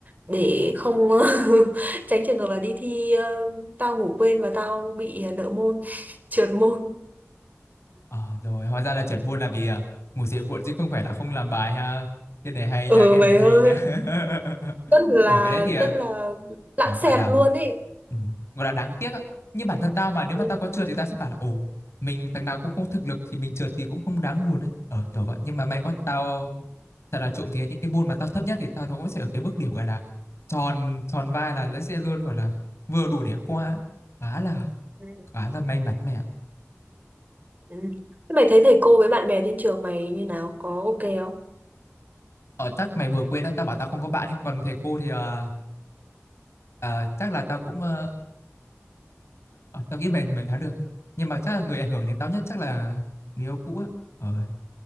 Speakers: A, on the right; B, on the left.
A: để không <laughs> tránh trường hợp là đi thi ờ, tao ngủ quên và tao bị nợ môn <laughs> trượt môn
B: Ờ, rồi hóa ra là trượt buôn là vì à, ngủ dậy muộn chứ không phải là không làm bài ha. Cái này hay
A: ừ
B: nha, cái
A: mày
B: này hay
A: ơi
B: nha. <laughs>
A: rất là
B: Ở cái đấy thì à,
A: rất là lãng
B: ờ,
A: xẹt
B: gọi là
A: luôn ý
B: ừ, gọi là đáng tiếc á. Như bản thân tao mà nếu mà
A: ừ.
B: tao có trượt thì tao sẽ bảo là ồ, mình thằng nào cũng không thực lực thì mình trượt thì cũng không đáng buồn ấy. Ờ kiểu vậy, nhưng mà may quá tao thật là trộm vía những cái môn mà tao thấp nhất thì tao nó cũng sẽ ở cái mức điểm gọi là tròn tròn vai là nó sẽ luôn gọi là vừa đủ để qua. Khá là
A: Ừ.
B: khá là may mắn mày ạ.
A: ừ. Thế mày thấy thầy cô với bạn bè trên trường mày như nào có ok không
B: ở chắc mày vừa quên á, tao bảo tao không có bạn ấy. Còn thầy cô thì ờ, ờ, chắc là tao cũng ờ, ờ, tao nghĩ mình mình thắng được. Nhưng mà chắc là người ảnh hưởng đến tao nhất chắc là người yêu cũ á. Ờ,